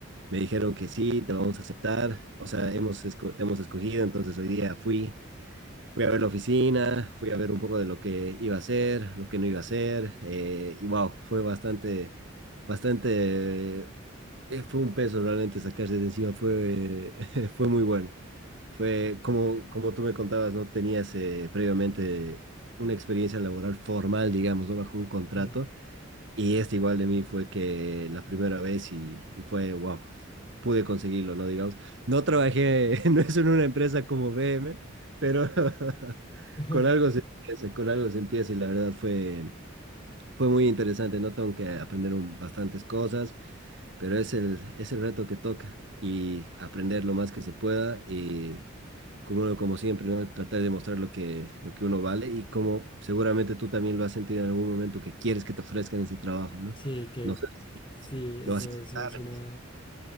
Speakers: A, on the right; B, on the left.
A: me dijeron que sí, te vamos a aceptar, o sea, hemos, esco- te hemos escogido, entonces hoy día fui, fui a ver la oficina, fui a ver un poco de lo que iba a hacer, lo que no iba a hacer, eh, y wow, fue bastante, bastante, eh, fue un peso realmente sacarse de encima, fue, <laughs> fue muy bueno. Fue como, como tú me contabas, ¿no? Tenías eh, previamente una experiencia laboral formal, digamos, ¿no? Bajo un contrato.
B: Sí,
A: Y este igual de mí fue que la primera vez y, y fue, wow, pude conseguirlo, ¿no? Digamos, no trabajé, <laughs> no es en una empresa como BM, pero <laughs>
B: <laughs>
A: con algo se empieza, con algo se empieza y la verdad fue, fue muy interesante, ¿no? Tengo que aprender un- bastantes cosas pero es el, es el reto que toca y aprender lo más que se pueda y como, como siempre, ¿no? Tratar de demostrar lo que, lo que uno vale y como seguramente tú también lo has sentido en algún momento que quieres que te ofrezcan ese trabajo, ¿no?
B: sí, que
A: No sé,
B: sí, eso,
A: lo vas a
B: eso es
A: aceptar.
B: una,